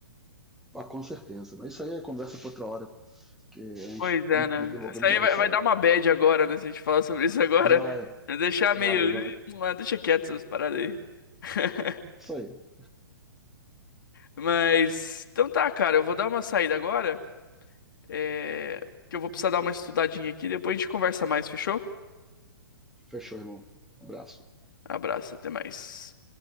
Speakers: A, in the centre; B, on the left (about 55°).
A: Ah, com certeza. Mas isso aí é conversa para outra hora, porque a gente
B: Pois é,
A: tem que
B: né?
A: desenvolver
B: Isso
A: melhor
B: aí vai,
A: isso
B: vai
A: aí.
B: dar uma bad agora, né? Se a gente falar sobre isso agora,
A: Vai,
B: <laughs> Vai deixar meio.
A: vai, vai.
B: "Ih, ah, Deixa quieto essas paradas aí. <laughs>
A: Isso aí.
B: Mas. Então tá, cara, eu vou dar uma saída agora, é, que eu vou precisar dar uma estudadinha aqui, depois a gente conversa mais, fechou?
A: Fechou, irmão. Um abraço.
B: Abraço, até mais.